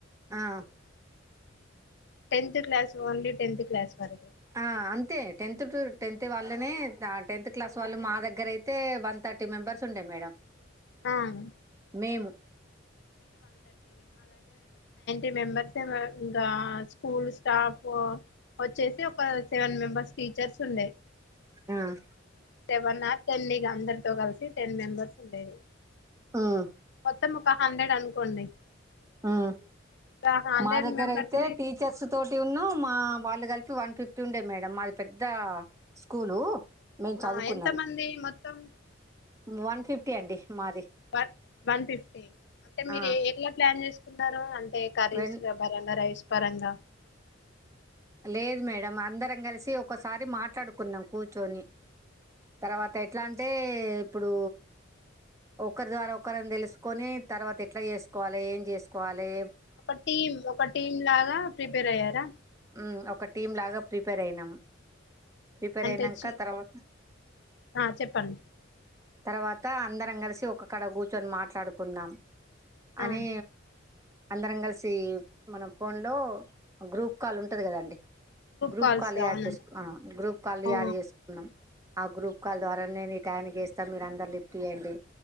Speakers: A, on the right; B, on the left.
A: ఆహ్
B: tenth class only tenth class వరుకు
A: ఆ అంతే టెన్త్ టు టెన్త్ వాళ్ళనే ద టెన్త్ క్లాస్ వాళ్ళు మా దగ్గర అయితే వన్ థర్టీ మెంబర్స్ ఉండే మేడం
B: ఆహ్
A: మేము
B: ఈ మెంబర్స్ గా ఇంకా స్కూల్ స్టాఫ్ వచ్చేసి మొత్తం సెవెన్ మెంబెర్స్ టీచర్స్ ఉండే
A: ఉమ్
B: సెవెన్ ఆర్ టెన్ నీగా అందరితో కలిసి టెన్ మెంబర్స్ ఉండేది
A: హ్మ్మ్
B: మో త్తం ఒక హండ్రెడ్ అనుకోండి
A: హమ్
B: ఇప్పుడు ఆ హండ్రెడ్
A: మా దగ్గర
B: మెంబర్స్
A: అయితే
B: ని
A: టీచర్స్ తోటి ఉన్నా మా వాళ్ళు దగ్గ టూ వన్ ఫిఫ్టీ ఉండే మేడం మాది పెద్ద స్కూలు మేము చదువుకున్నది
B: ఆహ్ఎంత మంది మొత్తం
A: వన్ ఫిఫ్టీ అండి మాది
B: వన్ వన్ ఫిఫ్టీ అంటే మీరె
A: ఆ
B: ఏ ఎట్లా ప్లాన్ చేసుకున్నారు అం అంటే కర్రీస్
A: వెన్
B: పరంగా రైస్ పరంగా
A: లేదు మేడం అందరం కలిసి ఒకసారి మాట్లాడుకున్నాం కూర్చొని తర్వాత ఎట్లా అంటే ఇప్పుడు ఒకరి ద్వారా ఒకరిని తెలుసుకొని తర్వాత ఎట్లా చేసుకోవాలే ఏం చేసుకోవాలే
B: ఒక టీం ఒక టీం లాగా ప్రిపేర్ అయ్యారా
A: ఉమ్ ఒక టీమ్ లాగా ప్రిపేర్ అయినాం ప్రిపేర్
B: అంటే
A: అయినంక
B: చి
A: తర్వాత
B: ఆ చెప్పండి
A: తర్వాత అందరం కలిసి ఒకక్కడ కూర్చొని మాట్లాడుకున్నం అని
B: ఆ
A: అందరం కలిసి మన ఫోన్ లో గ్రూప్ కాల్ ఉంటది కదండి గ్రూప్
B: కాల్స్
A: కాల్ యాడ్
B: అవును
A: చేసుకో ఆ గ్రూప్ కాల్
B: ఆ
A: యాడ్ చేసుకున్నాం ఆ గ్రూప్ కాల్ ద్వారా నే ఇ టైనకి చేస్తా మీరు అందరు లిఫ్ట్ చేయండి